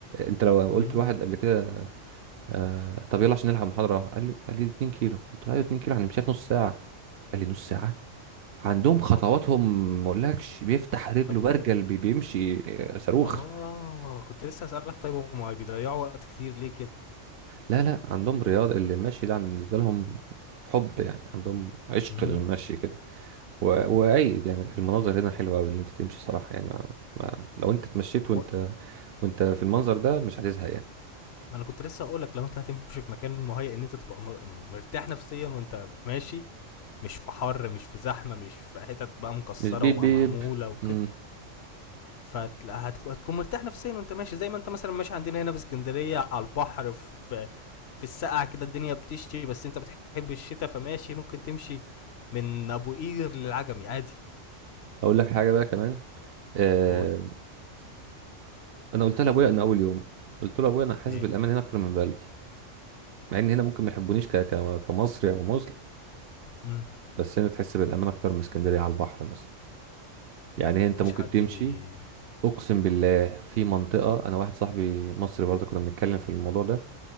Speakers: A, on the right; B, on the left.
A: انت لو
B: امم
A: قلت لواحد قبل كده آه طب يلا عشان نلحق محاضرة قال لي قال لي 2 كيلو قلت له ايوه 2 كيلو هنمشيها في نص ساعة قال لي نص ساعة عندهم خطواتهم
B: طب وال
A: ما اقولكش بيفتح رجله
B: طب
A: برجل
B: وال
A: بي- بيمشي آه، صاروخ
B: اه كنت لسه هسألك طيب هما بيضيعوا وقت كتير ليه كده
A: لا لا عندهم رياضة اللي المشي ده عن- بالنسبة لهم حب يعني عندهم عشق
B: امم
A: للمشي كده و- وأيد يعني المناظر هنا حلوة أوي اللي أنت تمشي صراحة يعني ما ما لو أنت اتمشيت
B: ما هو
A: وأنت وأنت في المنظر ده مش هتزهق يعني
B: ما انا كنت لسه هقولك لو انت هتمشي في مكان مهيأ ان انت تبقى مر... مرتاح نفسيا وانت ماشي مش في حر مش في زحمه مش في حتت بقى مكسره
A: مش بيب
B: ومعموله
A: بيب
B: وكده
A: مم.
B: فتلاقيها هتكون هتكون مرتاح نفسيا وانت ماشي زي ما انت مثلا ماشي عندنا هنا في اسكندريه على البحر في في السقعه كده الدنيا بتشتي بس انت بتحب الشتاء فماشي ممكن تمشي من ابو قير للعجمي عادي
A: أقول لك حاجة بقى كمان آه
B: قول
A: أنا قلت لأبويا إن أول يوم قلت له أبويا أنا حاسس
B: ايه
A: بالأمان هنا أكتر من بلدي مع إن هنا ممكن ما يحبونيش ك- ك- كمصري أو مسلم
B: امم
A: بس هنا تحس بالامان اكتر من اسكندريه على البحر مثلا يعني انت
B: مفيش
A: ممكن
B: حد
A: تمشي
B: بي
A: اقسم بالله في منطقه انا واحد صاحبي مصري برضه كنا بنتكلم في الموضوع ده